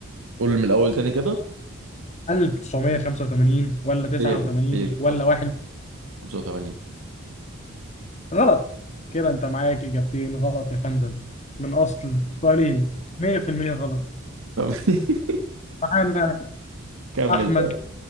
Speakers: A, on the right; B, on the left.
A: قول من الأول تاني كده
B: 1985 ولا 89
A: هي دي هي دي
B: ولا واحد
A: 85
B: غلط كده انت معاك اجابتين غلط يا فندم من اصل سؤالين 100% غلط
A: طب <laughs>
B: معانا
A: كمل
B: احمد
A: طيب